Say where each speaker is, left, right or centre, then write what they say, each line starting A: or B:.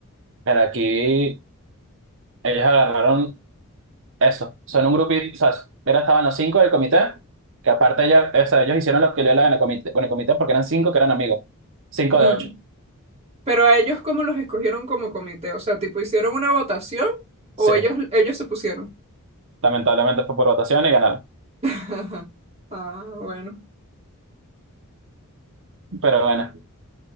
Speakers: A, on the right; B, on the right.
A: Pero aquí ellos agarraron eso. Son un grupito, o sea, era estaban los cinco del comité, que aparte ellos, o sea, ellos hicieron lo que le daban el comité, con el comité porque eran cinco que eran amigos. Cinco
B: Mm.
A: de ocho.
B: Pero a ellos, ¿cómo los escogieron como comité? O sea, tipo, ¿hicieron una votación o
A: Sí,
B: ellos, ellos se pusieron?
A: lamentablemente fue por votación y ganaron.
B: <laughs> Ah, bueno,
A: Pero bueno,